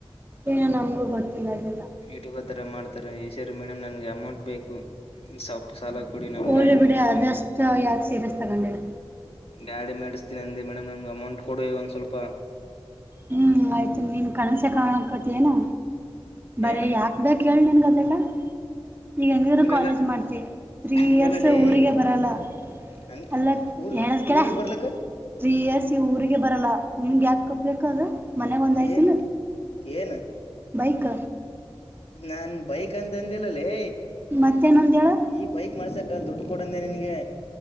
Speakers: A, on the right; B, on the left.
A: ಏನ ನಮಗೂ ಗೊತ್ತಿಲ್ಲಅದೆಲ್ಲಾ.
B: ಯೂಟ್ಯೂಬರ್ ಥರ ಮಾಡ್ತಾರೆ ಈ ಸರಿ ಮೇಡಮ್ ನನ್ಗೆ ಅಮೌಂಟ್ ಬೇಕು. ಸ್ವಲ್ಪ ಸಾಲ ಕೊಡಿ ನನ್
A: ಹೋಗ್ಲಿ
B: ಗಾಡಿ
A: ಬಿಡಿ
B: ಮಾಡಿಸ್ತೀನಿ.
A: ಅದಷ್ಟು ಯಾಕೆ ಸೀರಿಯಸ್ ತಗೊಂಡಿಲ್ಲ
B: ಗಾಡಿ ಮಾಡಿಸ್ತೀನಿ ಅಂದ ಮೇಡಮ್ ನಮ್ಗೆ ಅಮೌಂಟ್ ಕೊಡಿ ಒಂದ್ ಸ್ವಲ್ಪ.
A: ಹ್ಮ್ ಆಯ್ತು ನೀನ್ ಕನ್ಸ ಕಾಣಕತಿ ಏನು ಬರೇ
B: ಏನು
A: ಯಾಕ ಬೇಕು ಹೇಳು ನಿನ್ಗ ಅದೆಲ್ಲಾ. ಈಗ ಹೆಂಗಿದ್ರು
B: ಹಂಗಲ್ಲ
A: ಕಾಲೇಜ್ ಮಾಡ್ತಿ ತ್ರೀ
B: ಹಂಗಲ್ಲಲೇ
A: ಇಯರ್ಸ್ ಊರಿಗೆ ಬರಲ್ಲ.
B: ಹಂಗ
A: ಅಲ್ಲ
B: ಊರ್
A: ಹೇಳದ್ ಕೇಳ್
B: ಊರಿಗ್ ಬರ್ಲಕ್ಕ
A: ತ್ರೀ ಇಯರ್ಸ್ ಈ ಊರಿಗೆ ಬರಲ್ಲ ನಿಮ್ಗೆ ಯಾಕೆ ಕಪ್ಬೇಕು ಅದು. ಮನೆಗೆ ಒಂದು ಐತಿಲ್ಲ
B: ಏನ್ ಏನ್.
A: ಬೈಕ್.
B: ನಾನ್ ಬೈಕ್ ಅಂತ ತಂದಿಲ್ಲಲೇ.
A: ಮತ್ತೇನ ಅಂದಿ ಹೇಳು.
B: ಈ ಬೈಕ್ ಮಾಡ್ಸಕ ದುಡ್ಡು ಕೊಡಂದೆ ನಿನಗೆ.